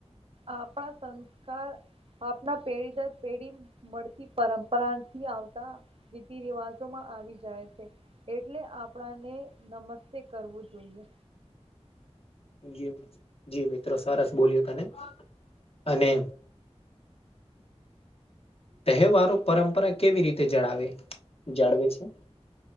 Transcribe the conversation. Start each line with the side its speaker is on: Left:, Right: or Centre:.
Right: આપણા સંસ્કાર આપના પેઢી દર પેઢી મળતી પરંપરાથી આવતા. રીતિ રિવાજોમાં આવી જાય છે. એટલે આપણાને નમસ્તે કરવું જોઈએ.
Left: જે જી મિત્રો સરસ બોલ્યો તને, અને તહેવારો પરંપરા કેવી રીતે જળાવે જાળવે છે.